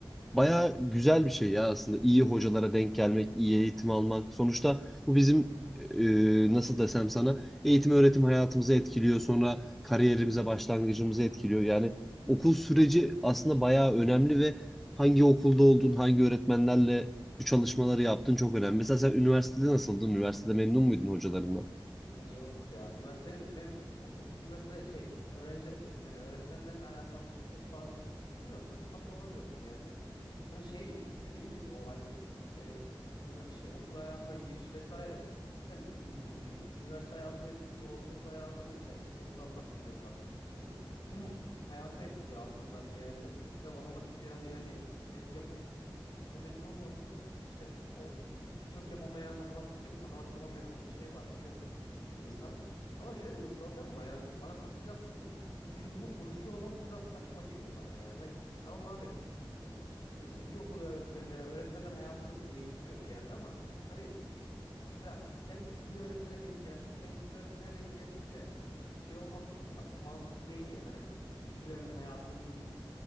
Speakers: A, in the centre; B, on the left.
A: Bayağı güzel bir şey ya aslında. İyi hocalara denk gelmek, iyi eğitim almak. Sonuçta bu bizim e, nasıl desem sana eğitim öğretim hayatımızı etkiliyor. Sonra kariyerimize başlangıcımızı etkiliyor. Yani okul süreci aslında bayağı önemli ve hangi okulda oldun, hangi öğretmenlerle bu çalışmaları yaptın çok önemli. Mesela sen üniversitede nasıldın? Üniversitede memnun muydun hocalarından?
B: Yok ya. Üniversite benim, benim oku- üniversite şey öğrenci şey, yani öğretmenlerle alakam böyle çok fazla ya bilmiyorum çok samimi olamıyordum genelde. Hani şey dediğin gibi o hani e, ünive- şey okul hayatına giriş vesaire cidden dü- hani üniversite hayatı da etkiliyor ortaokul hayatını mesela ilkokuldan bahsediyorsak hani tüm hayatını etkiliyor aslında bir yerde. Mesela matematik falan yani e, bir yapam bir temelin olmadı mı işte o birçok yapamayan matematikçi matematik yapamayan o şey var biliyorsun işte insan. Ama şöyle bir problem var yani bana katılacaksındır. Hani biz bunu konuşuyor olmamız biraz saçma geliyor bana yani. Hani tamam abi eh, eh, ilkokul öğretmenleri yani öğretmenler hayatımızı değiştiriyor bir yerde ama hani mesela sen iyi öğretmene denk geldin ben kötü öğretmene denk geldimle de- şey olması çok sa- mantıklı değil yani. Hani birilerinin hayatının